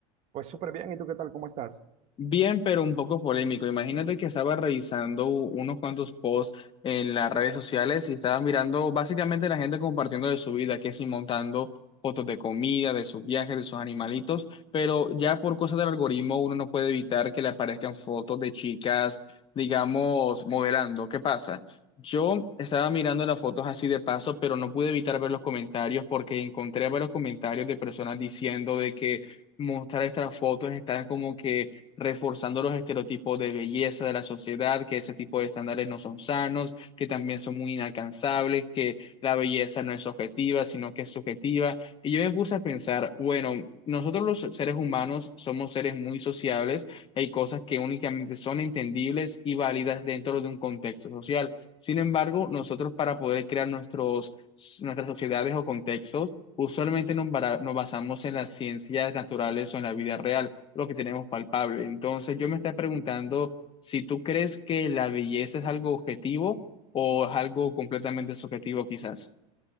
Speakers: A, on the right; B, on the left.
A: Pues súper bien, ¿y tú qué tal? ¿Cómo estás?
B: Bien, pero un poco polémico. Imagínate que estaba revisando unos cuantos posts en las redes sociales y estaba mirando básicamente la gente compartiendo de su vida, que si montando fotos de comida, de sus viajes, de sus animalitos, pero ya por cosas del algoritmo uno no puede evitar que le aparezcan fotos de chicas, digamos, modelando. ¿Qué pasa? Yo estaba mirando las fotos así de paso, pero no pude evitar ver los comentarios porque encontré varios comentarios de personas diciendo de que mostrar estas fotos están como que reforzando los estereotipos de belleza de la sociedad, que ese tipo de estándares no son sanos, que también son muy inalcanzables, que la belleza no es objetiva, sino que es subjetiva. Y yo me puse a pensar, bueno, nosotros los seres humanos somos seres muy sociables, hay cosas que únicamente son entendibles y válidas dentro de un contexto social. Sin embargo, nosotros para poder crear nuestros, nuestras sociedades o contextos, usualmente nos bara- nos basamos en las ciencias naturales o en la vida real lo que tenemos palpable. Entonces, yo me estaba preguntando si tú crees que la belleza es algo objetivo o es algo completamente subjetivo, quizás.